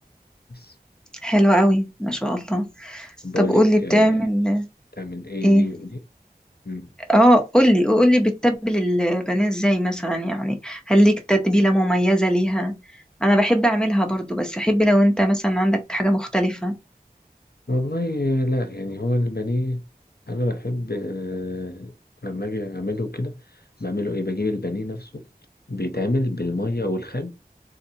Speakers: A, on the left; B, in the centre.
A: بس
B: حلوة قوي ما شاء الله
A: بقول
B: طب قولي
A: لك
B: بتعمل
A: آه، تعمل إيه
B: ايه
A: دي ودي مم.
B: اه قولي قولي بتتبل البانيه ازاي مثلا يعني هل ليك تتبيلة مميزة ليها انا بحب اعملها برضو بس احب لو انت مثلا عندك حاجة مختلفة
A: والله لا يعني هو البانيه انا بحب آه، لما اجي اعمله كده بعمله ايه بجيب البانيه نفسه بيتعمل بالميه والخل